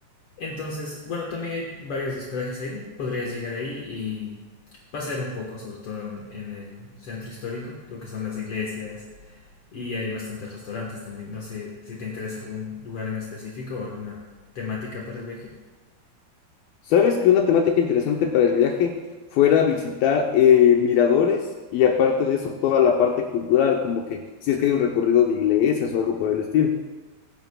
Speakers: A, on the left (about 55°); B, on the left (about 75°).
A: Entonces, bueno, también hay varios hospedajes ahí, podrías llegar ahí y pasear un poco, sobre todo en, en el centro histórico, lo que son las iglesias y hay bastantes restaurantes también. No sé si te interesa algún lugar en específico o alguna temática para el viaje.
B: ¿Sabes que una temática interesante para el viaje fuera visitar eh, miradores y aparte de eso toda la parte cultural, como que si es que hay un recorrido de iglesias o algo por el estilo?